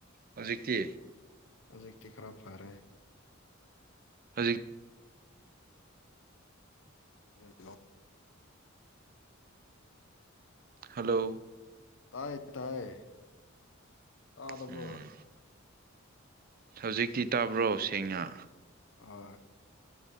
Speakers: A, on the right; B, on the left.
A: ꯍꯧꯖꯤꯛꯇꯤ
B: ꯍꯧꯖꯤꯛꯇꯤ ꯈꯔꯞ ꯐꯔꯦ
A: ꯍꯧꯖꯤꯛ
B: ꯌꯦꯂꯣ
A: ꯍꯜꯂꯣ
B: ꯇꯥꯏ ꯇꯥꯏ ꯇꯥ ꯇ
A: ꯎꯝ
B: ꯄꯨ꯭ꯔꯣ
A: ꯍꯧꯖꯤꯛꯇꯤ ꯇꯥꯕ꯭ꯔꯣ ꯁꯦꯡꯅ
B: ꯍ